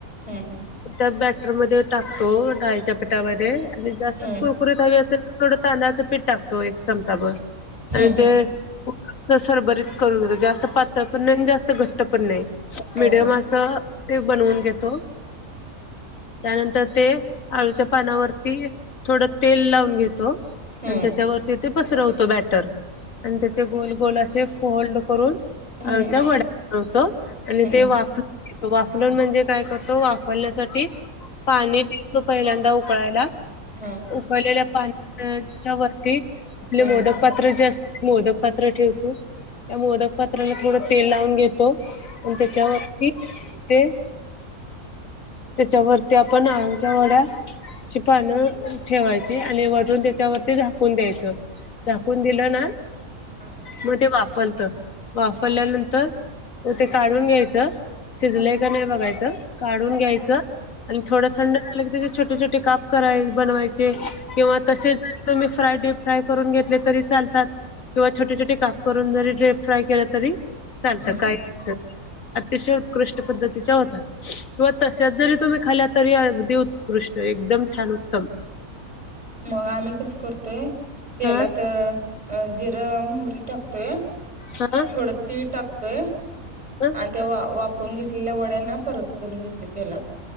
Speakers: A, on the right; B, on the left.
A: हम्म
B: त्या बॅटरमध्ये टाकतो डाळीच्या..... पीटामध्ये आणि जास्तच
A: हम्म
B: कुरकुरीत हवी असेल तर थोडं तांदळाचं पीठ टाकतो एक चमचाभर.....
A: हम्म
B: आणि ते सरभरीत करून घेतात जास्त पातळ पण नाही आणि जास्त घट्ट पण नाही.... मीडियम
A: हम्म
B: अस ते बनवून घेतो.... त्यानंतर ते आळूच्या पानावरती थोडं तेल लावून घेतो....
A: हम्म
B: आणि त्याच्यावरती
A: हम्म हम्म
B: ते पसरवतो बॅटर आणि त्याचे गोल गोल असे फोल्ड करून....
A: हम्म हम्म हम्म
B: अच्या वडा होतो आणि
A: हम्म
B: ते वापरून... वाफलण म्हणजे काय करतो वाफवण्यासाठी पाणी.... तो पहिल्यांदा उकळायला
A: हम्म हम्म हम्म
B: उकळलेल्या पाण्याच्या वरती.... आपले
A: हम्म
B: मोदक पात्र जे असत मोदक पात्र ठेवतो त्या मोदक..... पत्राला थोडं तेल लावून घेतो आणि त्याच्यावरती ते.... त्याच्यावरती आपण आमच्या वड्या.... शची पानं ठेवायची आणि वरून त्याच्यावरती झाकून द्यायचं.... झाकून दिलं ना...
A: हा...
B: मग ते वाफलत वाफरल्यानंतर..... हो ते काढून घ्यायचं शिजले का नाही बघायचं काढून घ्यायचं.... आणि थोडं थंड झालं की त छोटे छोटे काप करायचे बनवायचे किंवा तसेच....
A: हम्म हम्म हम्म
B: तुम्ही फ्राय डीप फ्राय करून घेतले तरी चालतात... किंवा छोटे छोटे काप करून जरी फ्राय केलं तरी.... चालत
A: हम्म
B: काय अतिशय उत्कृष्ट पद्धतीच्या होतात किंवा.... जरी तुम्ही खाला तरी अगदी उत्कृष्ट एकदम छान उत्तम....
A: मग आम्ही कसं करतोय तेलात
B: हा
A: जिरं मोहरी.... टाकतोय
B: हा
A: थोड तीळ टाकतोय आणि
B: ह
A: ते वाफे... वाफवून घेतलेल्या वड्याना परतून घेत प तेलात....